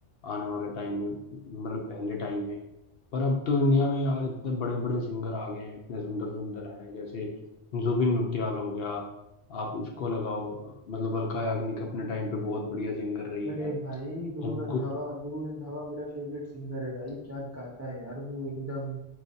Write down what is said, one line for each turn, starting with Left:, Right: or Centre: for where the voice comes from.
Left: आने वाले टाइम में मतलब पहले टाइम में पर अब तो इंडिया में यार इतने बड़े बड़े सिंगर आ गए हैं इतने सुंदर सुंदर हैं जैसे जुबिन नौटियाल हो गया आप इसको लगाओ मतलब अलका याग्निक अपने टाइम पे बहुत बढ़िया सिंगर रही
Right: अरे
Left: है
Right: भाई गुरु
Left: और
Right: रंधावा
Left: कुछ
Right: गुरु रंधावा मेरा फेवरेट सिंगर है भाई क्या गाता है यार वो एकदम